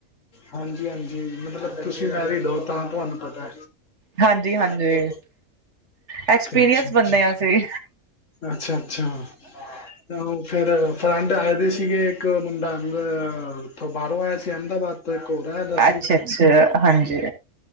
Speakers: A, on the left; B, on the right.
A: ਹਾਂਜੀ -ਹਾਂਜੀ ਮਤਲਬ ਤੁਸੀਂ ਮੈਰਿਡ ਹੋ ਤਾਂ ਤੁਹਾਨੂੰ ਪਤਾ।
B: ਹਾਂਜੀ ਹਾਂਜੀ
A: ਉਕੇ,
B: ਐਕਸਪੀਰੀਅੰਸ
A: ਅੱਛਾ- ਅੱਛਾ।
B: ਬੰਦੇ ਆ ਅਸੀਂ
A: ਅੱਛਾ, ਅੱਛਾ ਉਹ ਫੇਰ ਫਰੇੰਡ ਆਏ ਦੇ ਸੀਗੇ, ਇੱਕ ਮੁੰਡਾ ਹੁੰਦਾ, ਉੱਥੋਂ ਬਾਹਰੋਂ ਆਇਆ ਸੀ ਅਹਿਮਦਾਬਾਦ। ਤੇ ਇੱਕ ਹੋਰ ਆਇਆ ਦਾ ਸੀ,
B: ਅੱਛਾ ਅੱਛਾ ਹਾਂਜੀ